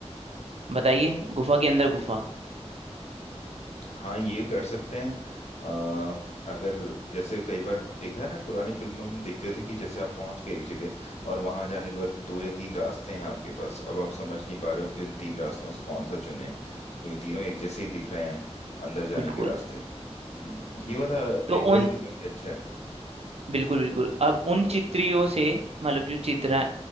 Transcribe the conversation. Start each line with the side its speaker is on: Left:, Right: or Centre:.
Right: बताइए गुफा के अंदर गुफा
Left: हाँ ये कर सकते हैं अ, अगर जैसे कई बार देखा है ना पुरानी फिल्मों में हम देखते थे कि जैसे आप पहुंच गए एक जगह और वहां जाने के बाद दो या तीन रास्ते हैं आपके पास अब आप समझ नहीं पा रहे हो कि उन तीन रास्तों में से कौन सा चुने क्योंकि तीनों एक जैसे ही दिख रहे हैं अंदर जाने
Right: बिल्कुल
Left: के रास्ते हम्म, ये वाला
Right: तो
Left: एंगल
Right: उन
Left: भी काफी अच्छा है
Right: बिल्कुल बिल्कुल अब उन चित्रियों से मतलब जो चित्र